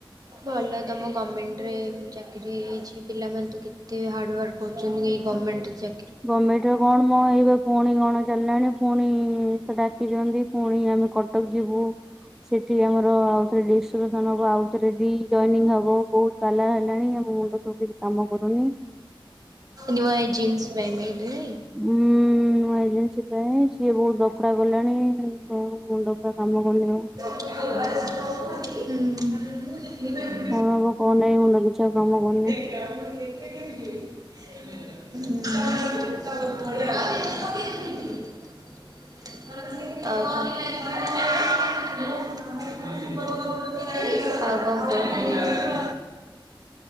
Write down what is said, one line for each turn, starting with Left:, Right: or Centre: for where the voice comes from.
Right: ଭଲ ତମ ଗଭର୍ଣ୍ଣମେଣ୍ଟରେ ଚାକିରି ହେଇଯାଇଛି ପିଲାମାନେ ତ କେତେ ହାର୍ଡ଼ୱାର୍କ। କରୁଛନ୍ତିାଏଇ ଗଭର୍ଣ୍ଣମେଣ୍ଟ ଚା
Centre: ଗଭର୍ଣ୍ଣମେଣ୍ଟରେ କଣ ମ ଏଇ ବା ପୁଣି କଣ ଚାଲିଲାଣି ପୁଣି ସେ ଡାକିଛନ୍ତି, ପୁଣି ଆମେ କଟକ ଯିବୁ। ସେଠି ଆମର ଆଉଥରେ ଡିସ୍କସନ୍ ହବ ଆଉ ଥରେ ରିଜ୍ ଯଇନିଙ୍ଗ୍ ହବୁ ବହୁ ପାଲା ହେଲାଣି ଆମ ମୁଣ୍ଡ ସବୁ କିଛି କାମ କରୁନି।
Right: ନିୱ ଏ ଜିନ୍ସ୍ <unintelligible> ଦେଇ।
Centre: ହୁଁ -ଉଁ -ଉଁ -ଉ-ମୋ ଏଜେନ୍ସି ପାଇଁ ସିଏ ବୋହୁତ୍ ଲଫଡା କଲାଣି, ମୋ ମୁଣ୍ଡ କାମ କାମ କରୁନି ଆଉ।
Right: ହୁଁମ୍।
Centre: କଣ ହବ କଣ ନାହିଁ ମୁଣ୍ଡ କିଛି ଆଉ କାମ କରୁନି।
Right: <unintelligible> ହୁଁ ଉଁ। ଆଉ <unintelligible> ଆଉ କଣ କୁହ।